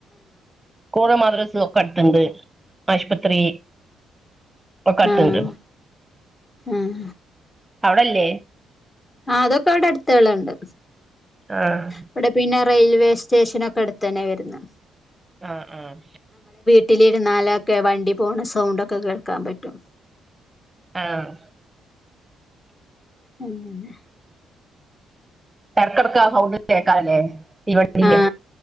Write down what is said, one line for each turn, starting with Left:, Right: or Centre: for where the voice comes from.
Right: കൂള്, മാദ് റസ്, ഒക്കെ അടുത്തുണ്ട് ആശുപത്രി ഒക്ക അട്ത്തുണ്ട്
Left: ആഹ് ആഹ്
Right: അവിടല്ലേ
Left: ആ അതൊക്കെ അവിടെ അടുത്തേള്ണ്ട്.
Right: ആഹ്
Left: ഇവിടെ പിന്നെ റെയിൽവേ സ് റ്റേഷനൊക്കെ അടുത്തന്നെ വരുന്നെ
Right: ആ ആ
Left: വീട്ടിലിരുന്നാലൊക്കെ വണ്ടി പോണ സൗണ്ടൊക്കെ കേൾക്കാൻ പറ്റും
Right: ആഹ്
Left: അങ്ങനെ
Right: ഇടക്കെടക്ക് ആ സൗണ്ട് കേക്കാല്ലേ തീവണ്ടീന്റെ
Left: ആ